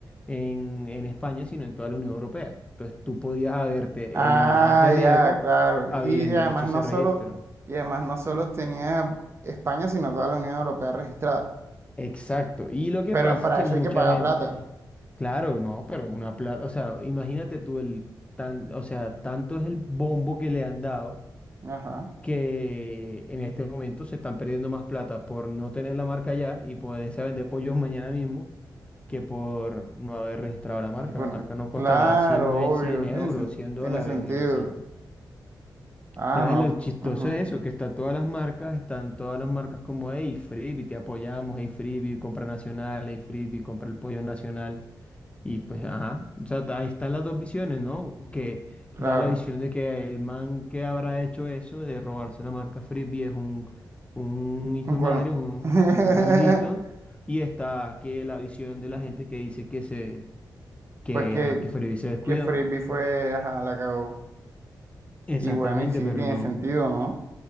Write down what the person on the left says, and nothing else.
en, en España, sino en toda la Unión Europea. Entonces tú podías haberte
eliminado ese riesgo
habiendo
hecho ese
registro.
Exacto. Y lo que
pasa
es que
mucha
gente,
claro, no, pero una plata, o sea, imagínate tú el tan, o sea, tanto es el bombo que le han dado
que en este momento se están perdiendo más plata por no tener la marca ya y poderse vender pollos mañana mismo que por no haber registrado la
marca.
La marca no costará
cien me-
100 euros,
100 dólares
en hacerlo.
Entonces
lo chistoso
es eso, que están todas las marcas, están todas las marcas como Hey Freebie, te apoyamos, Hey Freebie, compra nacional, Hey Freebie, compra el pollo nacional. Y pues, ajá, o sea, ta- ahí están las dos visiones, ¿no? Que
da la visión de que el man que habrá hecho eso de robarse la marca Frisbee es un, un hijo
de
madre, un,
un maldito. Y está que la visión de la gente que dice que se, que,
ajá, que Frisbee se descuidó.
Exactamente,
pero
no.